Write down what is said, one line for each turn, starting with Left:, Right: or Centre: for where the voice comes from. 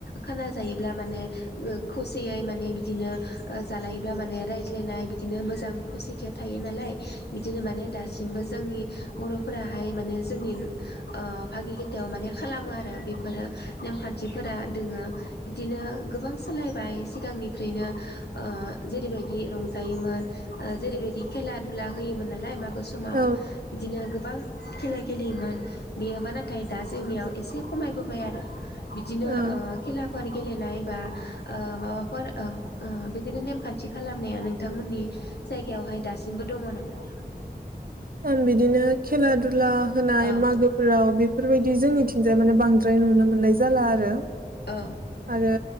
Left: खाना जायोब्ला माने ओ खौसेयै माने बिदिनो ओ जालायोब्ला माने रायज्लायनाय बिदिनो मोजां खौसेथिया थायो नालाय बिदिनो माने दा सिमबो जोंनि बर'फोराहाय माने जोंनि ओ भागि खेथायाव माने खालामो आरो बेफोरो नेमखान्थिफोरा दोङो बिदिनो गोबां सोलायबाय सिगांनिफ्रायनो ओ जेरैबायदि रंजायोमोन। जेरैबायदि खेला दुला होयोमोन नालाय मागो समाव
Right: औ
Left: बिदिनो गोबां खेला गेलेयोमोन बियोबा नाथाय दा जोंनियाव एसे खमायबोबाय आरो बिदिनो
Right: औ औ
Left: ओ खेला फारि गेलेनाय बा ओ माबाफोर ओ ओ बिदिनो नेमखान्थि खालामनाया नोंथांमोननि जायगायावहाय दासिमबो दङ नामा?
Right: ओम बिदिनो खेला दुला होनाय
Left: औ
Right: मागो फोराव बेफोरबायदि जोंनिथिंजाय माने बांद्राय नुनो मोननाय जाला आरो
Left: ओ
Right: आरो